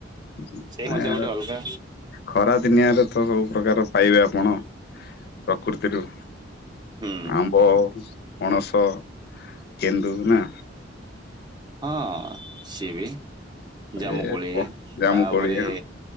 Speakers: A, on the left; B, on the right.
A: ଉଁ
B: ସେଇ ମଜା
A: ଆଏ
B: ଗୋଟେ ଅଲଗା
A: ଖରା ଦିନିଆରେ ତ ସବୁ ପ୍ରକାର ପାଇବେ ଆପଣ ପ୍ରକୃତିରୁ।
B: ହୁଁ
A: ଆମ୍ବ ପଣସ କେନ୍ଦୁ ନା।
B: ହଁ ସିଏ ବି ଜାମୁକୋଳି
A: ଏ ଜାମୁକୋଳି
B: ତାପରେ
A: ହଁ